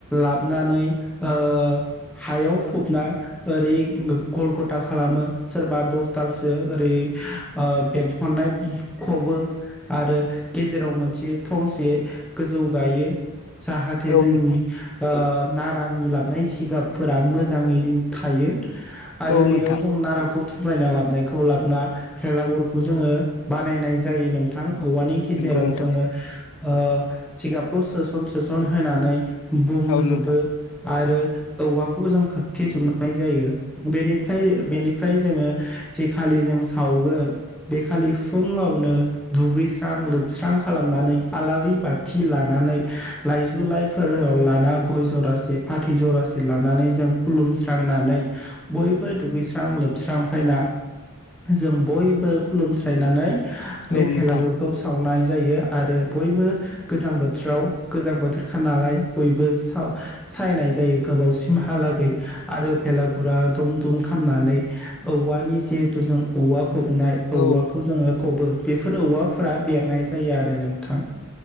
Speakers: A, in the centre; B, on the left.
A: लाबनानै ओ हायाव फबना ओरै गल गथा खालामो सोरबा दस दालसो ओरै बेंखननाय खबो आरो गेजेराव मोनसे थंसे गोजौ गायो। जाहाथे
B: औ
A: जोंनि
B: नोंथां
A: ओ नारानि लाबनाय जिगाबफोरा मोजाङै थायो। आरो
B: औ नोंथां
A: बेयाव जों नारा खौ थुब्रायना लाबनायखौ लाबोना भेलागुरखौ जोङो बानायनाय जायो नोंथां। औवानि गेजेराव
B: नंगौ नोंथां
A: जोङो ओ जिगाबखौ सोसन होनानै बुंहोजोबो
B: औ नोंथां
A: आरो औवाखौ जों खोबथे जोबनाय जायो बेनिफ्राय बेनिफ्राय जोङो जेखालि जों सावगोन बेखालि फुङावनो दुगैस्रां लोबस्रां खालामनानै आलारि बाथि लानानै लाइजु लाइफोराव लाना गय जरासे फाथै जरासे लानानै जों खुलुमस्रांनानै बयबो दुगैस्रां लोबस्रां फैना जों बयबो खुलुमस्रायनानै बे
B: औ
A: भेलागुरखौ
B: नोंथां
A: सावनाय जायो आरो बयबो गोजां बोथोराव गोजां बोथोरखा नालाय बयबो सा सायनाय जायो गोबावसिमहालागै आरो भेलागुरा दुम दुम खामनानै औवानि जिहेथु जों औवा फबनाय औवाखौ
B: औ
A: जोङो खबो बे फोर औवाफोरा बेरनाय जायो आरो नोंथां